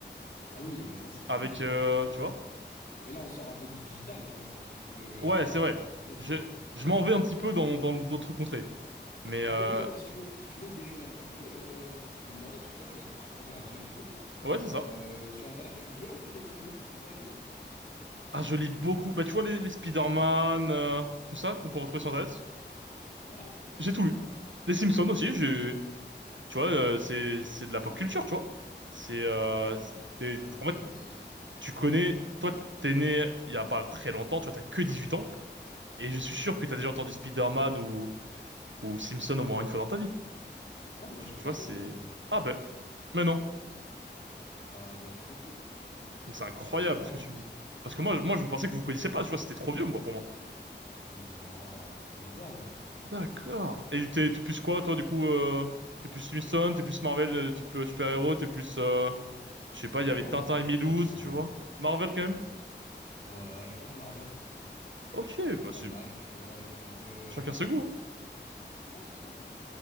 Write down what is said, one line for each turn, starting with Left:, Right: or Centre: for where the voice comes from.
Left: Ah oui, mais ça, c'est fou,
Right: Avec,
Left: tu
Right: euh,
Left: vois.
Right: tu vois?
Left: Mais là, on sort un peu du digital, tu vois, c'est un petit peu euh,
Right: Ouais, c'est vrai.
Left: autre chose,
Right: Je,
Left: quoi.
Right: je m'en vais un petit peu dans, dans d'autres contrées. Mais,
Left: Bah,
Right: euh,
Left: écoute, attends, si tu veux, si tu veux dériver un petit peu, euh, je me demandais, parce que toi, tu es un peu sur Internet et tout.
Right: ouais, c'est ça.
Left: Euh, sur Internet, tu lis un peu des comics, tout ça et tout?
Right: Ah, je lis beaucoup. Bah, tu vois, les, les Spider-Man, euh, tout ça, qu'on peut retrouver sur Internet.
Left: Ouais,
Right: J'ai tout lu.
Left: ouais, ouais.
Right: Les Simpsons aussi, j'ai, Tu vois, euh, c'est
Left: Ah oui.
Right: c'est de la pop culture, tu vois. C'est euh,
Left: Ouais, ouais.
Right: c'est-
Left: Bah, c'est
Right: en fait,
Left: ça, quoi, c'est un peu.
Right: tu connais, toi, t'es né il y a pas très longtemps, tu vois, t'as que 18 ans, et je suis sûr que t'as déjà entendu Spider-Man ou ou Simpson au moins une fois dans ta vie.
Left: Ouais, bah,
Right: Tu,
Left: je regardais,
Right: tu vois, c'est
Left: moi. hein.
Right: ah ben, mais non,
Left: Bah, bien sûr que si,
Right: mais c'est incroyable
Left: forcément,
Right: ce que
Left: hein.
Right: tu me dis. Parce que moi, je- moi, je pensais que vous vous connaissiez pas, tu vois, c'était trop vieux, moi, pour moi.
Left: Non, on adore, nous.
Right: D'accord. Et t'es t'es plus quoi, toi, du coup, euh, t'es plus Simpson, t'es plus Marvel, euh, type euh, super-héros, t'es plus, euh, je sais
Left: Plus
Right: pas, il y avait
Left: Marvel,
Right: Tintin
Left: je
Right: et Milouz,
Left: pense, en
Right: tu vois.
Left: vrai.
Right: Marvel quand même.
Left: Ouais, je pense Marvel.
Right: Ok,
Left: C'est
Right: bah
Left: pas
Right: c'est
Left: mal, tu vois, c'est un peu... euh,
Right: Chacun ce goût. hein.
Left: Ouais, c'est ça.